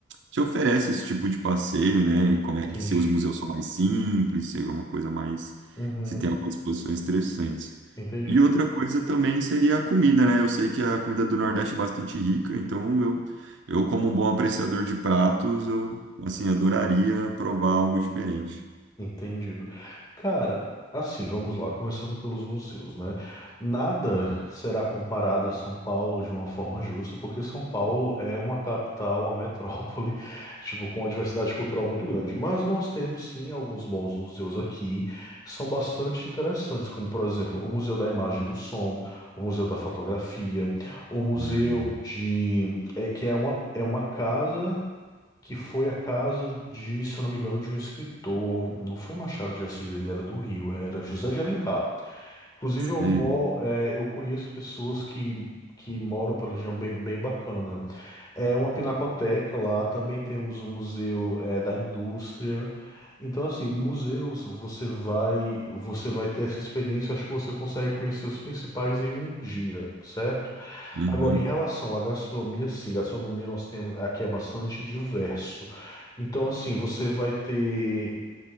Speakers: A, on the right; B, on the left.
A: Se oferece esse tipo de passeio, né? E como
B: entendido.
A: é que se os museus são mais simples, se é uma coisa mais.
B: Uhum,
A: Se tem algumas exposições interessantes.
B: entendido,
A: E outra coisa também seria a comida, né? Eu sei que a comida do Nordeste é bastante rica, então eu eu, como um bom apreciador de pratos, eu, assim, adoraria provar algo diferente.
B: entendido. Cara, assim, vamos lá, começando pelos museus, né? Nada será comparado a São Paulo de uma forma justa, porque São Paulo é uma capital, uma metrópole, <laughs> tipo, com uma diversidade cultural muito grande. Mas nós temos sim alguns bons museus aqui que são bastante interessantes, como por exemplo, o Museu da Imagem e do Som, o Museu da Fotografia, o Museu
A: Hum,
B: de é que é uma é uma casa que foi a casa de, se eu não me engano, de um escritor. Não foi Machado de Assis, ele era do Rio, era José de Alencar. Inclusive,
A: sim.
B: eu, mo- é, eu conheço pessoas que, que moram pela região bem, bem bacana. É uma pinacoteca lá, também temos o Museu eh, da Indústria. Então, assim, museus, você vai, você vai ter essa experiência, acho que você consegue conhecer os principais em um dia, certo?
A: Uhum,
B: Agora, em relação à gastronomia, sim, gastronomia nós temos, aqui é bastante diverso. Então, assim, você vai ter,